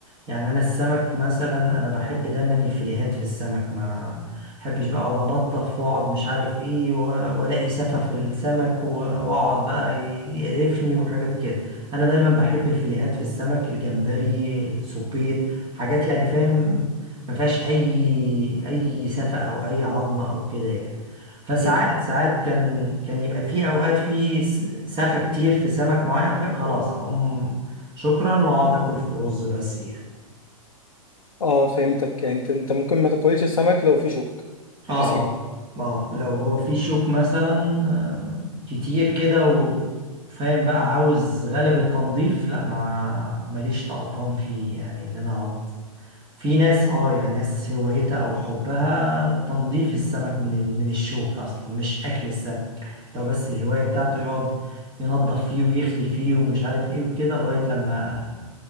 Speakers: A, on the right; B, on the left.
A: يعني انا السمك مثلا انا بحب دايما الفيليهات في السمك ما بحبش بقى اقعد انضف واقعد مش عارف ايه و- والاقي سفة في السمك و- واقعد بقى ي- يقرفني وحاجات كده انا دايما بحب الفيليهات في السمك الجمبري السبيط حاجات يعني فاهم ما فيهاش اي اي سفة او اي عظمة او كده يعني فساعات
B: مم.
A: ساعات كان كان يبقى في اوقات في س- سفة كتير في سمك معين او كده خلاص اقوم شكرا واقعد اكل في الرز بس يعني
B: اه فهمتك يعني انت انت ممكن ما تاكلش السمك لو في شوك
A: اه
B: تسيبه
A: اه اه لو هو في شوك مثلا آه، كتير كده و- وفاهم بقى عاوز غلب التنظيف لا ما ماليش طقطان فيه يعني اللي انا اقعد في ناس اه يعني ناس هوايتها او حبها تنظيف السمك من ال... من الشوك اصلا مش اكل السمك لو بس الهواية بتاعته يقعد ينظف فيه ويخلي فيه ومش عارف ايه وكده لغاية لما